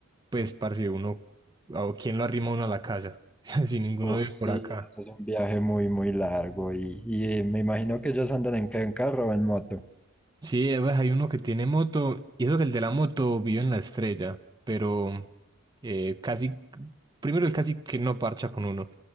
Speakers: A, on the right; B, in the centre.
A: pues parce, uno, ¿a ¿quién lo arrima uno a la casa? <laughs> Si ninguno
B: Uf,
A: vive
B: sí,
A: por acá.
B: eso es un viaje muy, muy largo y, y me imagino que ellos andan en qué, en carro o en moto.
A: Sí, eh, pues, hay uno que tiene moto, y eso que el de la moto vive en la estrella, pero eh, casi, primero él casi que no parcha con uno,